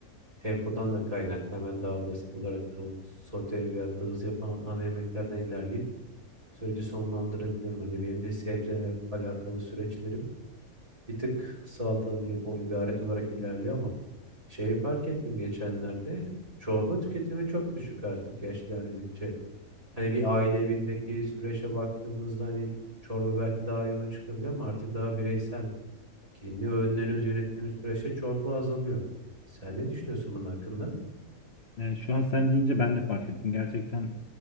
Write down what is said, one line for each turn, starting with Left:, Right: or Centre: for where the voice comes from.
Right: tempodan da kaynaklı hemen daha basit olarak tavuk sote veya da hızlı yapılan ana yemeklerden ilerleyip süreci sonlandırabilirim. Hani benim de sebzelerle alakalı süreçlerim bir tık salatadan o ibaret olarak ilerliyor ama şeyi fark ettim geçenlerde çorba tüketimi çok düşük artık yaş ilerledikçe. Hani bir aile evindeki süreçe baktığımızda hani çorba belki daha yoğun çıkabilir ama artık daha bireysel kendi öğünlerimizi yönettiğimiz süreçte çorba azalıyor. Sen ne düşünüyorsun bunun hakkında?
Left: Yani şu an sen deyince ben de fark ettim. Gerçekten